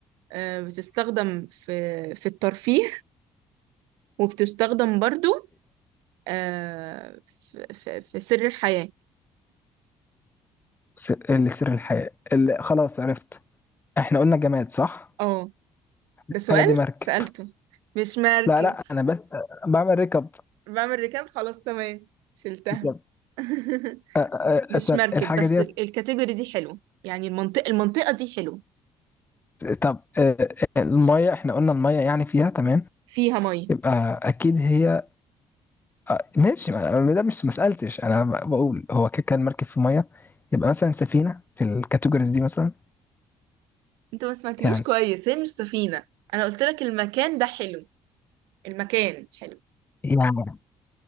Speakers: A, on the right; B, on the left.
A: أه بتستخدم في في الترفيه وبتستخدم برضو أه في, في, في سر الحياة
B: س- اللي سر الحياة اللي خلاص عرفت احنا قلنا جماد صح؟
A: اه
B: الحاجة
A: ده سؤال
B: دي مركب
A: سألته مش مركب
B: لا لا انا بس بعمل ركب
A: بعمل ركاب خلاص تمام شلتها
B: ركب
A: <laughs>
B: أ- أ-
A: مش
B: أصلا
A: مركب
B: الحاجة
A: بس
B: ديت
A: ال- الكاتيجوري دي حلو يعني المنطقة المنطقة دي حلو
B: طب أ- المية احنا قلنا المية يعني فيها تمام
A: فيها مية
B: يبقى اكيد هي أ- ماشي ما أنا- ده مش ما سألتش انا ب- بقول هو كده كان مركب في مية يبقى مثلا سفينة في الكاتيجوريز دي مثلا
A: انت ما سمعتنيش
B: يعني
A: كويس هي مش سفينة انا قلت لك المكان ده حلو المكان حلو
B: يعني